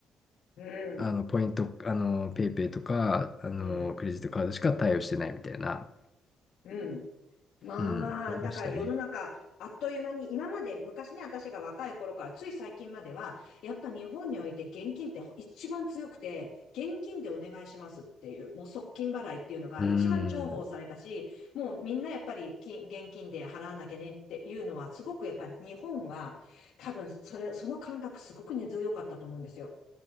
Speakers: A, on the left (about 75°); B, on the left (about 35°).
A: うん、
B: あの、ポイント、あの、ペイペイとか、あの、
A: うん、
B: クレジットカードしか対応してないみたいな。
A: うん。ま
B: うん、ありましたね。
A: あ、だから世の中、あっという間に、今まで昔ね、私が若い頃から、つい最近までは、やっぱ日本において現金って一番強くて、現金でお願いしますっていう、もう即金払いっていうのが一番重宝されたし、
B: うん、
A: もうみんなやっぱり金、現金で払わなきゃねっていうのは、すごくやっぱり日本は、多分それ、その感覚すごく根強かったと思うんですよ。